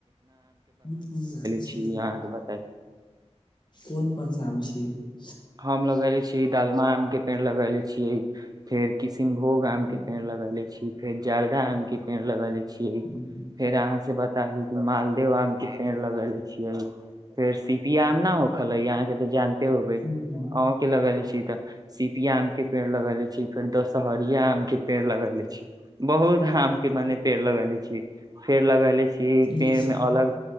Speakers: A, on the left; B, on the right.
A: कोन कोन आम छियै
B: छी अहाँके बता
A: कोन कोन स आम छियै की
B: हम लगैले छियै डालमा आम के पेड़ लगैले छियै फेर किस किशनभोग आम
A: हम्म,
B: के पेड़ लगेले छी फेर जरदा आम के पेड़ लगैले छियै
A: हम्म,
B: फेर अहाँ से ब मालदेओ आम के पेड़ लगेले छियै फेर सी इ आम नहि होखलै अहाँके तऽ जानते होबै
A: हम्म,
B: अहोंके
A: हम्म,
B: लगैले छै त सिपिया आम के पेड़ लगेले छी फेर दशहरिया आम के पेड़ लगेले छी बहुत आम के मने पेड़ लगेले छी फेर लगेले छी छी पेड़
A: लीची
B: में अलग
A: मे